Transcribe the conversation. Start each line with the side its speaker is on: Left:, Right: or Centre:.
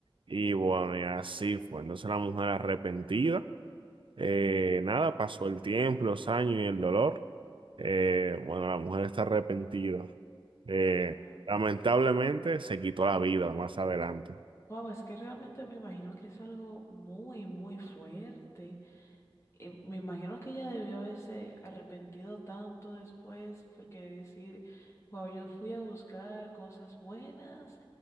Right: Y bueno, y así fue. Entonces la mujer arrepentida, eh, nada, pasó el tiempo, los años y el dolor. Eh, bueno, la mujer está arrepentida. Eh,
Left: Wow.
Right: lamentablemente se quitó la vida más adelante.
Left: Wow, es que realmente me imagino que es algo muy, muy fuerte. Eh, me imagino que ella debió haberse arrepentido tanto después, porque decir, wow, yo fui a buscar cosas buenas